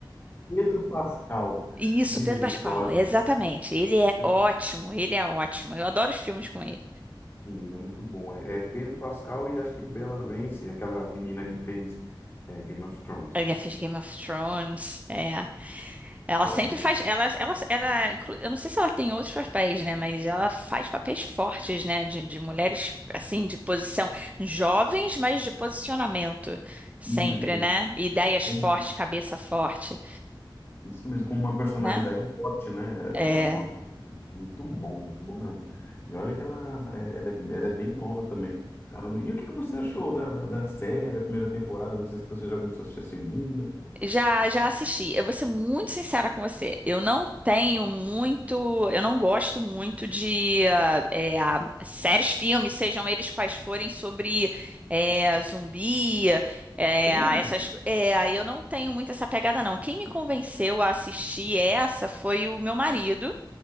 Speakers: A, on the left; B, on the right.
A: Pedro Pascal.
B: Isso,
A: Misericórdia.
B: Pedro Pascal, exatamente. Ele é
A: Pedro...
B: ótimo, ele é ótimo. Eu adoro os filmes com ele.
A: Sim, ele é muito bom. É, é Pedro Pascal e acho que Bella Ramsey, aquela menina que fez é, Game of Thrones.
B: Ele já fez Game of Thrones, é. Ela
A: Top
B: sempre
A: de...
B: faz. Ela, ela, ela, inclu- eu não sei se ela tem outros papéis, né? Mas ela faz papéis fortes, né? De, de mulheres, assim, de posição jovens, mas de posicionamento. Sempre,
A: Isso, tipo,
B: né? Ideias
A: um
B: fortes, cabeça forte,
A: Isso mesmo, com uma personalidade
B: né?
A: forte, né? Ela
B: É.
A: ela tem uma personalidade muito bom, muito bom mesmo. E olha que ela, é- ela, é, ela é bem nova também. Caramba. E o que que você achou da, da, da série, a primeira temporada? Não sei se você já começou a assistir a segunda.
B: Já, já assisti. Eu vou ser muito sincera com você. Eu não tenho muito, eu não gosto muito de ah, é, ah, séries, filmes, sejam eles quais forem, sobre é, zumbi, é,
A: Sério?
B: essas. co- É, eu não tenho muito essa pegada, não. Quem me convenceu a assistir essa foi o meu marido.